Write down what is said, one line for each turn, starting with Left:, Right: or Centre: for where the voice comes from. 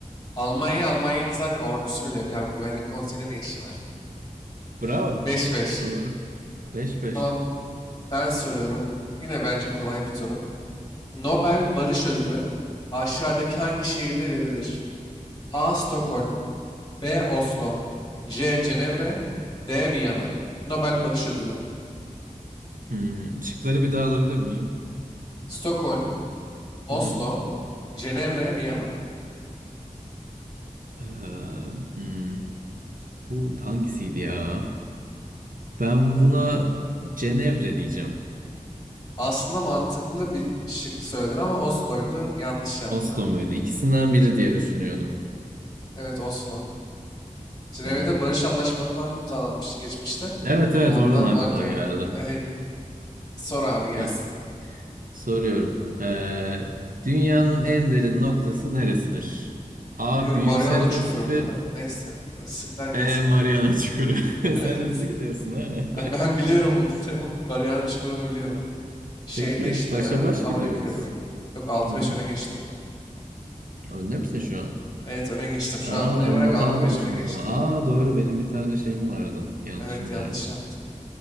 Left: Almanya, Almanya'nın zaten ordusu bile yok abi. Güvenlik konseyinde ne işi var?
Right: Bravo.
Left: <laughs> 5-5.
Right: Doğru. Beş beş.
Left: Tamam ben soruyorum. Yine bence kolay bir soru. Nobel Barış Ödülü aşağıdaki hangi şehirde verilir? A. Stockholm B. Oslo C. Cenevre D. Viyana Nobel Barış Ödülü
Right: Hmm, şıkları bir daha alabilir miyim?
Left: Stockholm, Oslo,
Right: Hı hı.
Left: Cenevre, Viyana.
Right: Ee, hmm, bu hangisiydi ya? Ben buna Cenevre diyeceğim.
Left: Aslında mantıklı bir şık söyledin ama Oslo'ydu. Yanlış yaptın
Right: Oslo
Left: abi.
Right: muydu? İkisinden biri diye düşünüyordum.
Left: Evet Oslo. Cenevre'de
Right: Tamam.
Left: barış anlaşmaları falan imzalanmıştı geçmişte.
Right: Evet evet
Left: Ondan
Right: oradan aklıma
Left: vakla
Right: geldi.
Left: <laughs> Evet, sor abi gelsin.
Right: Peki soruyorum. Ee, dünyanın en derin noktası neresidir? A.
Left: Biliyorum
Right: Büyük
Left: Mariana
Right: Set
Left: Çukuru
Right: Resifi
Left: değil mi? Neyse sıklar gelsin
Right: B. Mariana
Left: abi. <laughs>
Right: Çukuru. <laughs>
Left: Evet.
Right: Sen hızlı gidiyorsun ha.
Left: Ben ben biliyorum onları. <laughs> Mariana Çukuru'nu biliyorum.
Right: <laughs>
Left: Şeyde
Right: Peki
Left: işte
Right: başa
Left: ya
Right: baş
Left: Amerika'ya
Right: gidiyoruz.
Left: doğru. Yok altı
Right: Hı
Left: beş
Right: hı.
Left: öne geçtim.
Right: Önde misin şu an?
Left: Evet öne geçtim. Şu
Right: Aa,
Left: an bunu yaparak
Right: o not
Left: altı
Right: almamışım
Left: beş öne geçtim.
Right: o zaman. Aa, doğru benim bir tane şeyim vardı. Yanlışım
Left: Evet yanlış
Right: vardı.
Left: yaptın.